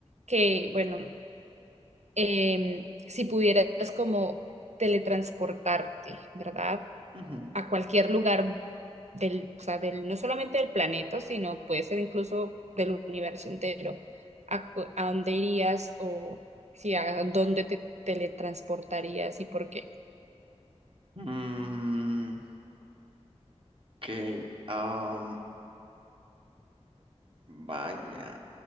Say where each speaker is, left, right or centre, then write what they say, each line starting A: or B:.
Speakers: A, on the right (about 85°); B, on the right (about 50°).
A: que, bueno, em, si pudieras como teletransportarte, ¿verdad?
B: ujú.
A: A cualquier lugar del, o sea, del, no solamente del planeta, sino puede ser incluso del universo entero, ¿a, cu- a dónde irías o si a dónde te teletransportarías y por qué?
B: Mm, ok, am, vaya.